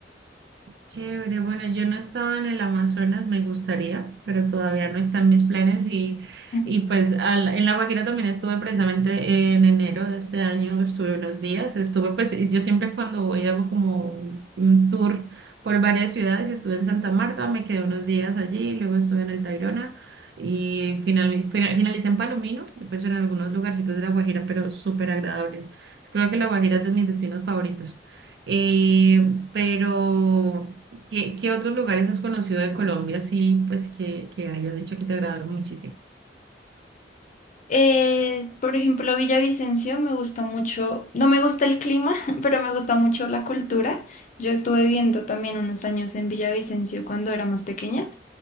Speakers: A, on the right (about 70°); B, on the left (about 45°).
A: Chévere, bueno, yo no estaba en el Amazonas, me gustaría, pero todavía no están mis planes y,
B: Ujú.
A: y pues al- en La Guajira también estuve precisamente en enero de este año, estuve unos días, estuve pues y yo siempre cuando voy hago como un un tour por varias ciudades, estuve en Santa Marta, me quedé unos días allí, luego estuve en el Tayrona y finalmente finalicé en Palomino, pues en algunos lugarcitos de La Guajira, pero súper agradables. Creo que La Guajira es de mis destinos favoritos. Eh, pero... ¿Qué, qué otros lugares has conocido de Colombia, sí, pues que, que hayas dicho que te agradaron muchísimo?
B: Eh, por ejemplo, Villavicencio me gusta mucho, no me gusta el clima, <laughs> pero me gusta mucho la cultura. Yo estuve viviendo también unos años en Villavicencio cuando era más pequeña